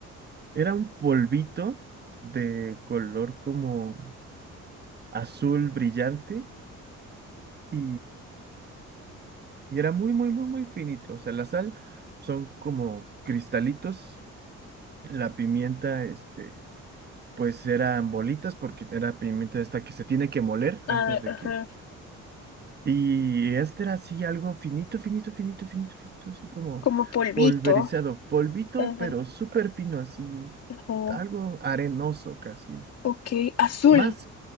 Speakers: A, on the right; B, on the left.
A: era un polvito de color como azul brillante y Y era muy, muy, muy, muy finito. O sea, la sal son como cristalitos. La pimienta, este, pues eran bolitas porque era pimienta esta que se tiene que moler
B: ah,
A: antes de
B: ajá,
A: que... Y este era así algo finito, finito, finito, finito, finito, así como
B: como polvito,
A: polverizado, polvito,
B: ajá,
A: pero súper fino, así,
B: ajá,
A: algo arenoso casi,
B: ok, azul
A: más